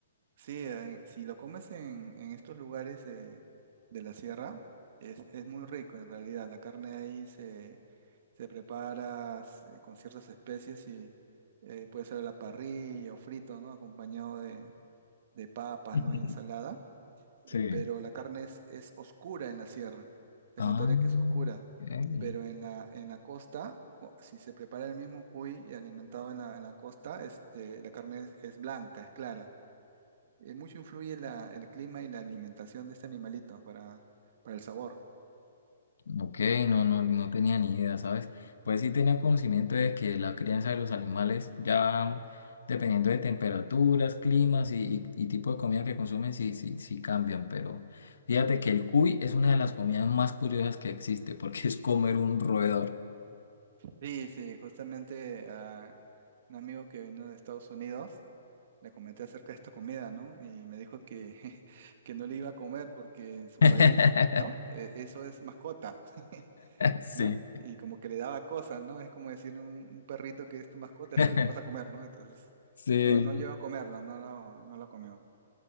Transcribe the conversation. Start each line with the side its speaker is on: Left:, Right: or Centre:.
Right: Sí, eh, si lo comes en, en estos lugares de, de la sierra, es, es muy rico en realidad. La carne ahí se, se prepara s- eh, con ciertas especies y eh, puede ser a la parrilla o frito, ¿no? Acompañado de, de papas,
Left: <laughs>
Right: ¿no? Y ensalada.
Left: Sí.
Right: Pero la carne es, es oscura en la sierra. Te
Left: Ah,
Right: contaré que es oscura.
Left: ok.
Right: Pero en la, en la costa, co- si se prepara el mismo cuy y alimentado en la, en la costa, este, la carne es es blanca, es clara eh, mucho influye la- el clima y la alimentación de este animalito para, para el sabor.
Left: Ok, no, no, no tenía ni idea, ¿sabes? Pues sí tenía conocimiento de que la crianza de los animales, ya dependiendo de temperaturas, climas y, y- y tipo de comida que consumen, sí, sí, sí cambian, pero fíjate que el cuy es una de las comidas más curiosas que existe, porque es comer un roedor.
Right: Sí, sí, justamente a un amigo que vino de Estados Unidos le comenté acerca de esta comida, ¿no? Y me dijo que, <laughs> que no le iba a comer porque en su
Left: <laughs>
Right: país, ¿no? Eh, eso es mascota, <laughs>
Left: Sí,
Right: ¿no? Y como que le daba cosas, ¿no? Es como decir un, un perrito que es tu mascota,
Left: <laughs>
Right: <laughs> se lo vas a comer, ¿no? Entonces,
Left: sí.
Right: no, no llegó a comerla, no, no, no la comió.